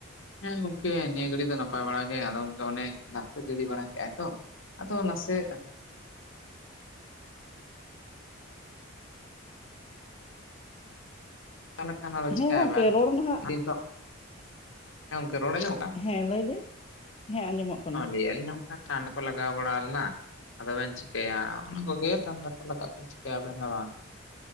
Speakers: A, on the left; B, on the left.
A: ᱦᱮᱸ ᱜᱚᱝᱠᱮ ᱱᱤᱭᱟᱹ ᱜᱷᱟᱹᱲᱤ ᱫᱚ ᱱᱟᱯᱟᱭ ᱵᱟᱲᱟ ᱜᱮ ᱟᱫᱚ ᱚᱱᱮ ᱫᱟᱜ ᱠᱚ ᱡᱟᱲᱤ ᱵᱟᱲᱟ ᱠᱮᱫᱟᱭ ᱛᱚ ᱟᱫᱚ ᱱᱟᱥᱮ ᱪᱞᱟᱠᱷᱟᱱᱟ
B: ᱦᱮᱸ
A: ᱪᱤᱠᱵᱮᱱ
B: ᱜᱚᱝᱠᱮ ᱨᱚᱲ ᱱᱟᱦᱟᱜ
A: ᱱ ᱫᱚ <inaudible> ᱸ ᱜᱚᱝᱠᱮ ᱨᱚᱲ ᱟᱸᱡᱚᱢᱚᱜ ᱠᱟᱱ
B: ᱦᱮᱸ ᱞᱟᱹᱭ ᱵᱤᱱ ᱦᱮᱸ ᱟᱸᱡᱚᱢᱚᱜ ᱠᱟᱱᱟ
A: ᱞᱟᱹᱭᱮᱜᱼᱟ ᱞᱤᱧ ᱦᱚᱸ ᱚᱱᱠᱟ ᱴᱰ <inaudible> ᱠᱚ ᱞᱟᱜᱟᱣ ᱵᱟᱲᱟᱞᱱᱟ ᱟᱫᱚ ᱵᱮᱱ ᱪᱤᱠᱟᱹᱭᱟ ᱚᱱᱟ ᱠᱚᱜᱮ ᱴ <inaudible> ᱞᱟᱜᱟᱜ ᱪᱤᱠᱟᱹᱭᱟᱵᱮᱱ ᱵᱟᱝ